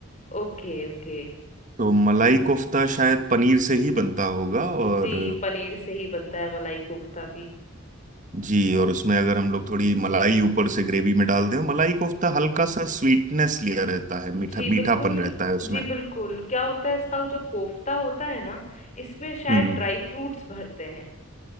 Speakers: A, on the left; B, on the right.
A: Okay okay
B: तो मलाई कोफ्ता शायद पनीर से ही बनता होगा और
A: जी पनीर से ही बनता है मलाई कोफ्ता भी
B: जी और उसमें अगर हम लोग थोड़ी मलाई ऊपर से ग्रेवी में डाल दें मलाई कोफ्ता हल्का सा स्वीटनेस लिया रहता है मीठा
A: जी
B: मीठापन
A: बिल्कुल
B: रहता है उसमें
A: जी बिल्कुल क्या होता है इसका जो कोफ्ता होता है ना इसमें शायद
B: हम्म
A: ड्राई फ्रूट्स भरते हैं